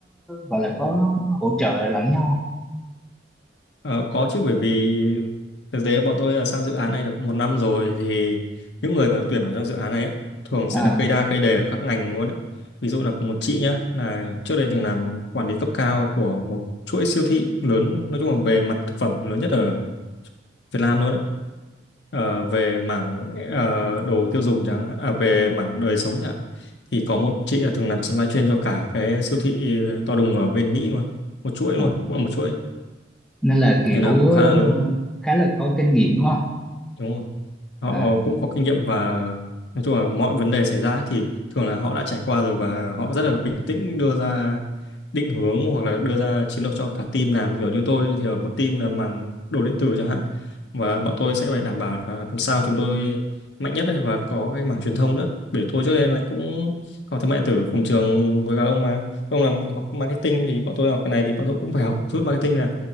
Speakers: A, in the centre; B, on the left.
A: gọi là có hỗ trợ lẫn nhau không?
B: Ờ, có chứ bởi vì thực tế bọn tôi là sang dự án này được một năm rồi thì những người mà tuyển vào trong dự án này ấy, thường
A: à
B: sẽ là cây đa cây đề ở các ngành luôn ấy. Ví dụ là có một chị nhá là trước đây từng làm quản lý cấp cao của một chuỗi siêu thị lớn nói chung là về mặt thực phẩm lớn nhất ở Việt Nam luôn ấy. Ờ, về mảng ờ, đồ tiêu dùng chẳng hạn, à, về mảng đời sống chẳng hạn. Thì có một chị là từng làm supply chain cho cả cái siêu thị to đùng ở bên Mỹ luôn một chuỗi luôn
A: à.
B: cũng là một chuỗi
A: nên là kiểu
B: nên là cũng
A: ờ,
B: khá là lớn
A: khá là có kinh nghiệm đúng không
B: đúng không họ
A: à,
B: cũng có kinh nghiệm và nói chung là mọi vấn đề xảy ra ấy, thì thường là họ đã trải qua rồi và họ rất là bình tĩnh đưa ra định hướng hoặc là đưa ra chiến lược cho cả team làm kiểu như tôi thì ở một team là mảng đồ điện tử chẳng hạn và bọn tôi sẽ phải đảm bảo là làm sao chúng tôi mạnh nhất ấy, và có cái mảng truyền thông nữa bởi tôi trước đây là cũng học thương mại điện tử cùng trường với các ông mà ông làm học marketing thì bọn tôi học cái này thì bọn tôi cũng phải học chút marketing là